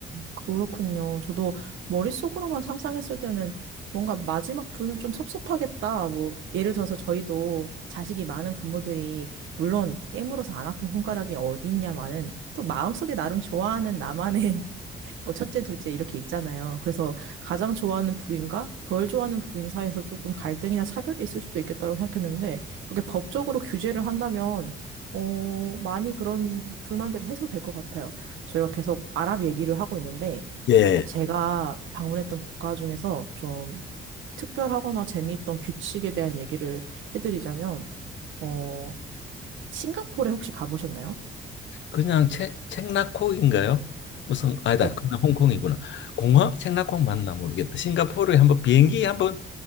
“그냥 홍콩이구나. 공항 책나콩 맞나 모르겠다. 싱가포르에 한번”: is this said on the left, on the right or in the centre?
Left